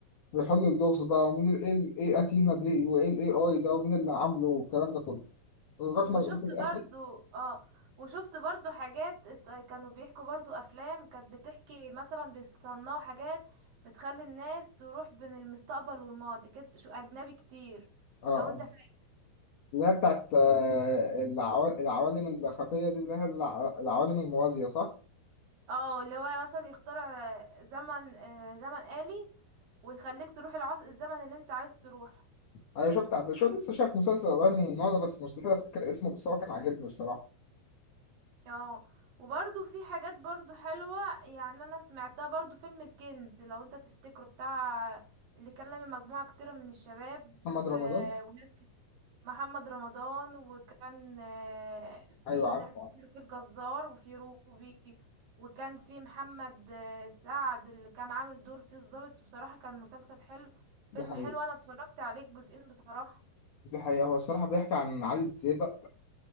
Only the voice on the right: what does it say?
وشفت
برضو اه وشفت برضو حاجات الس- كانوا بيحكوا برضو افلام كانت بتحكي مثلا بيصنعوا حاجات بتخلي الناس تروح بين المستقبل والماضي كده شو اجنبي كتير
لو انت فاكر
اه اللي هو مثلا يخترع آه، زمن آه، زمن آلي ويخليك تروح العصر الزمن اللي انت عايز تروح
اه وبرضو في حاجات برضو حلوة يعني انا سمعتها برضو فيلم الكنز لو انت تفتكره بتاع اللي كان لما مجموعة كتيرة من الشباب
آه، وناس كتير محمد رمضان وكان آه،
في
ناس
كتير في الجزار وفي روبي وكان في محمد آه، سعد اللي كان عامل دور فيه الضابط بصراحة كان مسلسل حلو فيلم
حلو انا اتفرجت عليه الجزئين بصراحة